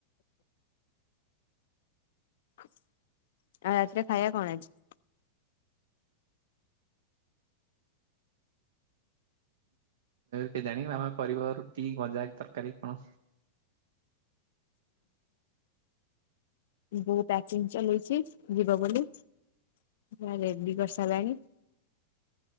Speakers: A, on the left; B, on the right.
A: ଆଉ ରାତିରେ ଖାଇବା କଣ ହେଇଚି?
B: କେଜାଣି ମାମା କରିବ ରୁଟି ଭଜା ତରକାରୀ କଣ।
A: ବୋଉ ପ୍ୟାକିଙ୍ଗ ଚଲେଇଛି ଯିବ ବୋଲିି ପୁରା ରେଡି କରିସାରିଲାଣି।